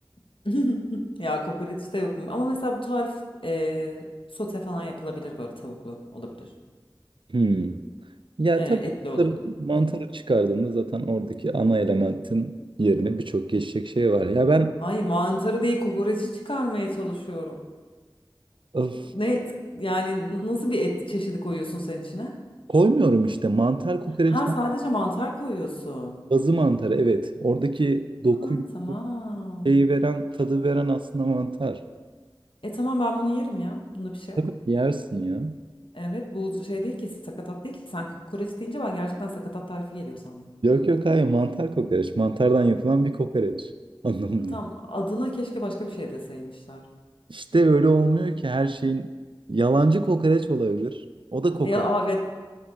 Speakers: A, on the left (about 75°); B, on the right (about 70°).
A: <laughs> <laughs> Ya kokoreç de mu? Ama mesela bu tarif e, sote falan yapılabilir böyle tavuklu olabilir.
B: Hmm. Ya
A: E,
B: tabii
A: etli olabilir.
B: mantarı, mantarı
A: Hı.
B: çıkardığında zaten oradaki ana elementin yerine birçok geçecek şey var. Ya ben
A: Hayır mantarı değil kokoreçi çıkarmaya çalışıyorum.
B: öf,
A: Ne et yani n- nasıl bir et çeşidi koyuyorsun sen içine?
B: koymuyorum işte mantar kokoreçten
A: Ha sadece mantar koyuyorsun.
B: bazı mantarı evet. Oradaki dokuyu
A: Ha tamam.
B: şeyi veren tadı veren aslında mantar.
A: E tamam ben bunu yerim ya. Bunda bir şey yok.
B: Tabii ki yersin ya.
A: Evet bu şey değil ki sakatat değil ki. Sen kokoreç deyince ben gerçekten sakatat tarifi geliyor sandım.
B: Yok yok hayır mantar kokoreç. Mantardan yapılan bir kokoreç <laughs> anlamında.
A: Tam adına keşke başka bir şey deseymişler.
B: İşte öyle olmuyor ki her şeyin yalancı kokoreç olabilir. O da kokoreç.
A: Ya, aa, evet.